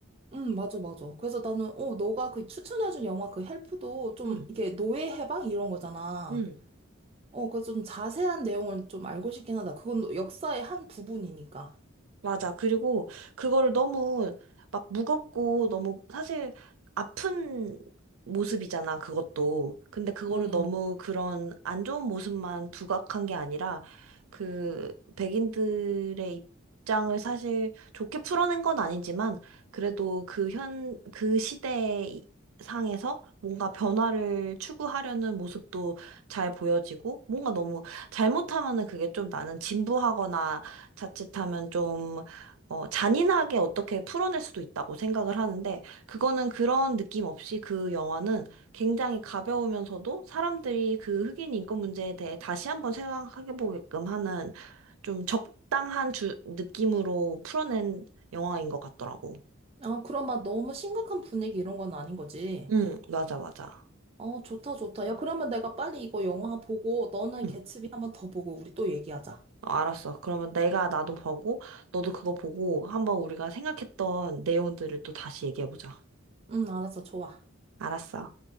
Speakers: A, on the right (about 30°); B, on the right (about 85°).
A: 응, 맞아, 맞아. 그래서 나는, 어, 너가 그 추천해준 영화 그 헬프도 좀
B: 응,
A: 이게 노예 해방 이런 거잖아.
B: 응.
A: 어, 그래서 좀 자세한 내용을 좀 알고 싶긴 하다. 그건 역사의 한 부분이니까.
B: 맞아. 그리고 그거를 너무 막 무겁고 너무 사실 아픈 모습이잖아, 그것도. 근데 그거를
A: 음.
B: 너무 그런 안 좋은 모습만 부각한 게 아니라 그 백인들의 입장을 사실 좋게 풀어낸 건 아니지만 그래도 그 현, 그 시대 상에서 뭔가 변화를 추구하려는 모습도 잘 보여지고 뭔가 너무 잘못하면은 그게 좀 나는 진부하거나 자칫하면 좀, 어, 잔인하게 어떻게 풀어낼 수도 있다고 생각을 하는데, 그거는 그런 느낌 없이 그 영화는 굉장히 가벼우면서도 사람들이 그 흑인 인권 문제에 대해 다시 한번 생각해 보게끔 하는 좀 적당한 주, 느낌으로 풀어낸 영화인 것 같더라고.
A: 아, 그럼 막 너무 심각한 분위기 이런 건 아닌 거지.
B: 응, 맞아, 맞아.
A: 어, 좋다, 좋다. 야, 그러면 내가 빨리 이거 영화 보고 너는
B: 응,
A: 개츠비 한번 더 보고 우리 또 얘기하자.
B: 어, 알았어. 그러면 내가 나도 보고, 너도 그거 보고, 한번 우리가 생각했던 내용들을 또 다시 얘기해보자.
A: 응, 알았어, 좋아.
B: 알았어.